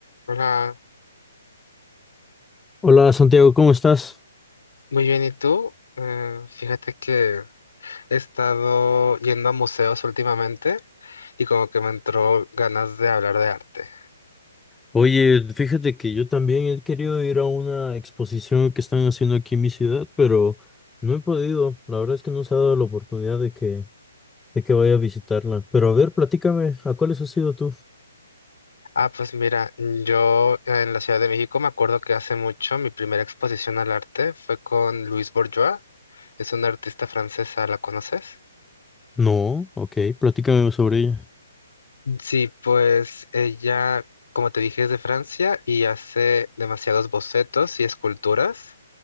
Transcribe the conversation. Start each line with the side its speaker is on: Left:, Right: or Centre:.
Left: Hola,
Centre: Hola Santiago, ¿cómo estás?
Left: muy bien, ¿y tú? Eh, fíjate que he estado yendo a museos últimamente y como que me entró ganas de hablar de arte.
Centre: Oye, fíjate que yo también he querido ir a una exposición que están haciendo aquí en mi ciudad, pero no he podido. La verdad es que no se ha dado la oportunidad de que, de que vaya a visitarla. Pero a ver, platícame, ¿a cuáles has ido tú?
Left: Ah, pues mira, yo en la Ciudad de México me acuerdo que hace mucho mi primera exposición al arte fue con Louise Bourgeois, es una artista francesa, ¿la conoces?
Centre: No, ok, platícame sobre ella.
Left: Sí, pues ella, como te dije, es de Francia y hace demasiados bocetos y esculturas.